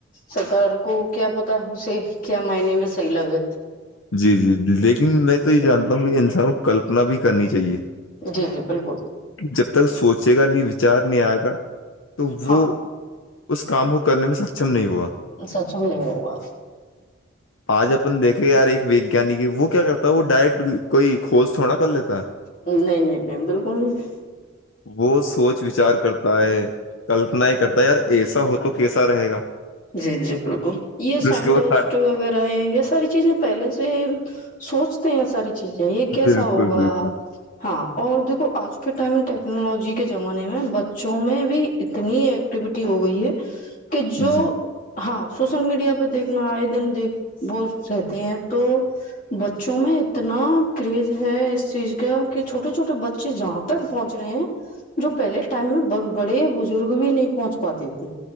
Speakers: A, on the left; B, on the left.
A: سرکار کو کیا پتہ اسے کیا مہینے میں صحیح لگے
B: جی جی جی لیکن میں تو یہ جانتا کہ انسان کو کلپنا بھی کرنی چاہیے کہ
A: جی جی بالکل
B: جب تک سوچے گا نہیں وچار نہیں آئے گا تو وہ
A: ہاں
B: اس کام کو کرنے میں سکچم نہیں ہوگا
A: سچ میں نہیں ہوگا
B: آج اپن دیکھے گا رے ویگ یعنی کہ وہ کیا کرتا ہے وہ ڈائٹ کوئی کھوج تھوڑا کر لیتا ہے
A: نہیں نہیں نہیں بالکل نہیں
B: وہ سوچ وچار کرتا ہے کلپنایں کرتا ہے یار ایسا ہو تو کیسا رہے گا
A: جی جی بالکل یہ
B: پھر
A: سائنٹسٹ
B: اس کے وہ سا-
A: وغیرہ ہے یہ ساری چیزیں پہلے سے سوچتے ہیں ساری چیزیں یہ کیسا
B: بالکل
A: ہوگا
B: بالکل
A: ہاں اور دیکھو آج پھر ٹائم اینڈ ٹیکنالوجی کے زمانے میں بچوں میں بھی اتنی ایکٹیویٹی ہو گئی ہے کہ جو
B: جی
A: ہاں سوشل میڈیا پہ دیکھنا آئے دن دیکھ ب رہتے ہیں تو بچوں میں اتنا کریز ہے اس چیز کا کہ چھوٹے چھوٹے بچے جہاں تک پہنچ رہے ہیں جو پہلے ٹائم میں بڑے بزرگ بھی نہیں پہنچ پاتے تھے